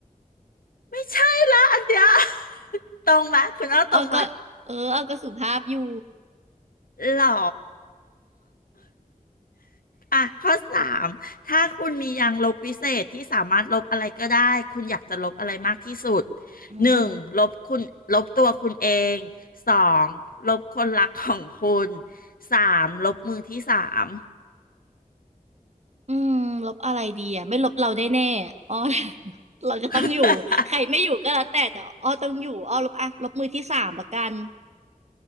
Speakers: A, on the left (about 85°); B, on the right (about 50°).
A: ไม่ใช่ละอันเดีย <laughs> วตรงไหมคุณเอาตรงไหม
B: อ้อก็เอออ้อก็สุภาพอยู่
A: หรออ่ะข้อสามถ้าคุณมียางลบวิเศษที่สามารถลบอะไรก็ได้ คุณอยากจะลบอะไรมากที่สุด
B: อือฮะ
A: หนึ่งลบคุณลบตัวคุณเองสองลบคนรักของคุณสามลบมือที่สาม
B: อืมลบอะไรดีอะไม่ลบเราแน่ๆอะอ้อ <laughs> เราจะต้องอยู่ใครไม่อยู่ก็แล้วแต่แต่อ้อต้องอยู่อ้อลบอ่ะลบมือที่สามละกัน
A: <laughs>